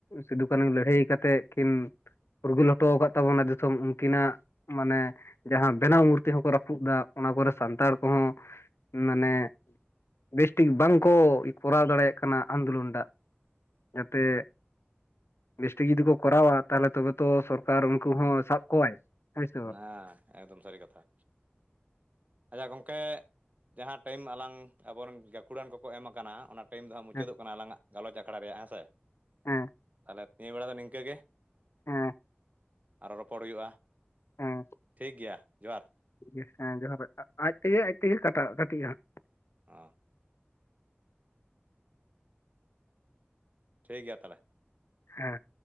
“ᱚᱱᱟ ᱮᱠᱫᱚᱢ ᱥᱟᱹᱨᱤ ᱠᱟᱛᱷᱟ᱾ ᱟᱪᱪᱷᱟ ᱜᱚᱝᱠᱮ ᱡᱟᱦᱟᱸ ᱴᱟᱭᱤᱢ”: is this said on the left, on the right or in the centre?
Right